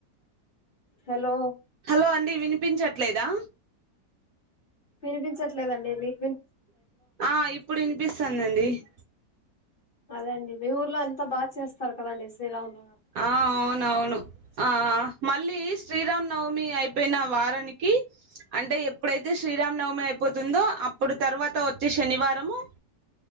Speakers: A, on the left; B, on the right.
A: హలో
B: హలో అండి వినిప్ పించట్లేదా
A: వినిపించట్లేదండి మిక్
B: ఆ ఇప్పుడు వినిపిస్తాందండి <inaudible>
A: అదే అండి మీ ఊర్లో అంతా బాగా చేస్తారు కదండి శ్రీరామునవమి
B: ఆ అవునవును ఆ మళ్ళీ శ్రీరామ్నవమి అయిపోయిన వారానికి అంటే ఎప్పుడైతే శ్రీరామ నవమి అయి పోతుందో అప్పుడు తర్వాత వచ్చి శనివారము